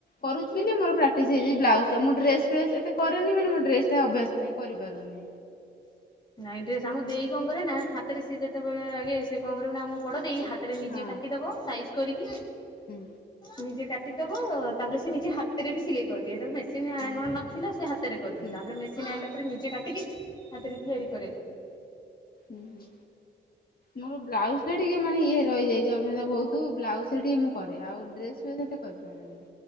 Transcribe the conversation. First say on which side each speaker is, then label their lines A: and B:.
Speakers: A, on the left (about 50°); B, on the left (about 25°).
A: କରୁଛି ବୋଲି ମୋ ପ୍ରାଟିସ୍ ହେଇଛି ବ୍ଲାଉଜଟା ମୁଁ ଡ୍ରେସ୍ ଫ୍ରେସ୍ ଏତେ କରେନି ବୋଲି ମୋର ଡ୍ରେସଟା ଅଭ୍ୟାସ ନାହିଁ। ନାଇଁ କରିପାରୁନି।
B: ନାଇଁ ଡ୍ରେସ୍ ଆମ ଦେଇ କଣ କରେନା ହାତରେ ସିଏ ଯେତେବେଳେ ଆଗେ ସିଏ କଣ କରିବ ନା ଆମ ବଡ ଦେଇ ହାତ୍ ହାତରେ ନିଜେ
A: ହଁ
B: କାଟିଦବ ସାଇଜ୍ କରିକି।
A: ହୁଁ।
B: ନିଜେ କାଟିଦବ ତାପରେ ସେ ନିଜେ ହାତରେ ବି ସିଲେଇ କରଦିଏ ତାର ମେସି ମେସିନ୍
A: ହଁ
B: ଆମର ନଥିଲା ସେ ହାତରେ କରିଦିଏ।
A: ହୁଁ
B: ତାପରେ ମେସିନ୍ ଆଇଲା ପରେ ନିଜେ କାଟିକି ହାତରେ ତିଆରି କରେ।
A: ଉଁ ହୁଁ। ମୋର ବ୍ଲାଉଜ୍ ଟା ଟିକେ ମାନେ ଇଏ ରହି ଯାଇଚି ଅଭ୍ୟାସ ଭୋଉତୁ ବ୍ଲାଉଜ ରେ ଟିକେ ମୁଁ କରେ ଆଉ ଡ୍ରେସ୍ ବି ଏତେ କରିପାରେନା। ଦେନ୍